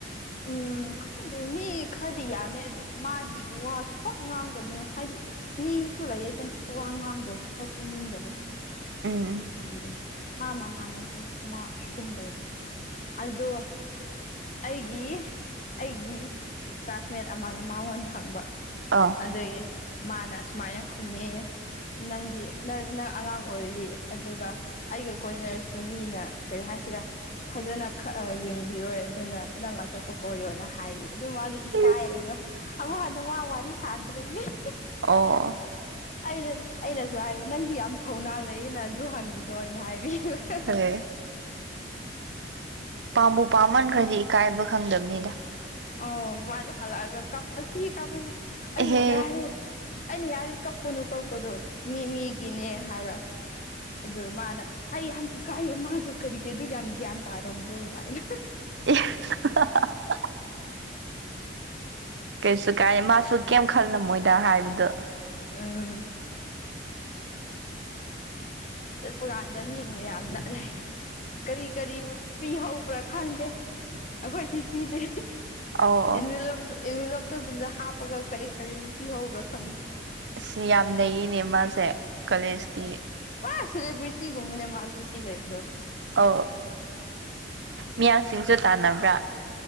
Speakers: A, on the left (about 40°); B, on the right (about 70°).
A: ꯎꯝ ꯈꯪꯗꯦ ꯃꯤ ꯈꯔꯗꯤ ꯌꯥꯝꯃꯦ ꯑꯗꯨ ꯃꯥꯗꯤ ꯋꯥꯁꯨ ꯄꯛ ꯉꯥꯡꯗꯕꯅꯦ ꯍꯥꯏꯗꯤ ꯃꯤꯁꯨ ꯂꯩꯌꯦꯗꯅ ꯋꯥꯡ ꯋꯥꯡꯗ꯭ꯔꯗꯤ ꯐꯛ ꯄꯨꯅꯤꯡꯟꯗꯕꯒꯨꯝ
B: ꯎꯝ
A: ꯑꯗꯨ ꯌꯦ ꯃꯥ ꯃꯥꯃꯥꯟꯅꯕꯤ ꯑꯃ ꯑꯍꯨꯝ ꯂꯩꯕꯅꯤ ꯑꯗꯨꯗꯣ ꯑꯩ ꯒꯤ ꯑꯩꯒꯤ ꯀ꯭ꯂꯥꯁꯃꯦꯠ ꯑꯃꯅ ꯃꯉꯣꯟꯗ ꯍꯪꯕ
B: ꯑꯥ
A: ꯑꯗꯨꯒꯤ ꯃꯥꯅ ꯑꯁꯨꯃꯥꯏꯅ ꯈꯨꯝꯃꯦꯌꯦ ꯅꯪꯗꯤ ꯅꯪ ꯅꯪ ꯑꯉꯥꯡ ꯑꯣꯏꯔꯤ ꯑꯗꯨꯒ ꯑꯩꯒ ꯀꯣꯏꯅꯔꯁꯨ ꯃꯤꯅ ꯀꯔꯤ ꯍꯥꯏ ꯁꯤꯔ ꯐꯖꯅ ꯌꯦꯡꯕꯤꯔꯣꯏ ꯑꯗꯨꯅ ꯅꯪ ꯑꯇꯣꯞꯄ ꯀꯣꯏꯌꯣꯅ ꯍꯥꯏꯌꯦ ꯑꯗꯨ ꯃꯥꯗ ꯏꯀꯥꯏꯔꯁꯨ
B: ꯏꯁ
A: ꯑ ꯍꯅ ꯋꯥ ꯑ ꯋꯥꯔꯤ ꯋꯥꯔꯤ ꯁꯥꯗꯔꯔꯤ
B: ꯑꯣ
A: ꯑꯩꯅ ꯑꯩꯅꯁꯨ ꯍꯥꯏꯕ ꯅꯪꯗꯤ ꯌꯥꯝ ꯊꯧꯅꯥ ꯂꯩꯌꯦꯅ ꯑꯗꯨ ꯍꯪꯉꯤꯗꯣ ꯑꯩꯅ ꯍꯥꯏꯕꯤ ꯍꯂ
B: ꯐꯔꯦ ꯄꯥꯝꯕꯨ ꯄꯥꯝꯃꯟꯈ꯭ꯔꯗꯤ ꯏꯀꯥꯏꯕ ꯈꯪꯗꯕꯅꯤꯗ
A: ꯑꯣ ꯃꯗꯨ ꯍꯂꯒ ꯀꯄꯁꯤ ꯀꯄꯁꯤ
B: ꯑꯦꯍꯦ
A: ꯑꯗꯨ ꯌꯥꯔꯦ ꯑꯩꯅ ꯌꯥꯔꯦ ꯀꯞꯀꯅꯨ ꯀꯞꯀꯅ ꯃꯤ ꯃꯤ ꯒꯤꯅꯦ ꯍꯥꯏꯔꯣ ꯑꯗꯨ ꯃꯥꯅ ꯑꯩ ꯌꯥꯝ ꯏꯀꯥꯏꯌꯦ ꯃꯥꯗꯣ ꯀꯔꯤꯒꯤ ꯑꯗꯨ ꯌꯥꯝ ꯒ꯭ꯌꯥꯟ ꯇꯥꯔꯕꯝꯅꯣ ꯍꯥꯏꯅ
B: ꯑꯦ ꯀꯩꯁꯨ ꯀꯥꯏ ꯃꯥꯁꯨ ꯀꯩꯝ ꯈꯜꯂꯝꯃꯣꯏꯗ ꯍꯥꯏꯕꯗꯣ
A: ꯎ ꯆꯠꯄꯀꯥꯟꯗ ꯃꯤ ꯃꯌꯥꯝꯗ ꯂꯩ ꯀꯔꯤ ꯀꯔꯤꯕ ꯄꯤꯍꯧꯕ꯭ꯔꯥ ꯈꯪꯗꯦ ꯑꯩꯈꯣꯏꯗꯤ ꯄꯤꯗꯦ
B: ꯑꯧ ꯑꯧ
A: ꯚꯂꯞꯇ ꯏꯟꯚꯤꯂꯣꯞꯇꯒꯨꯝꯕꯗ ꯍꯥꯞꯄꯒ ꯀꯔꯤ ꯀꯔꯤ ꯄꯤꯍꯧꯕ꯭ꯔꯥ ꯈꯪꯉꯦ
B: ꯑꯁ ꯌꯥꯝ ꯅꯩꯅꯦ ꯃꯥꯁꯦ ꯀꯣꯂꯦꯖꯀꯤ
A: ꯃꯥ ꯁꯦꯂꯦꯕ꯭ꯔꯤꯇꯤꯒꯨꯝꯕꯅꯦ ꯃꯥꯁꯦ ꯁꯤ ꯂꯩꯕꯗꯣ
B: ꯑ ꯃꯤꯌꯥꯝꯁꯤꯡꯁꯨ ꯇꯥꯟꯅꯕ꯭ꯔꯥ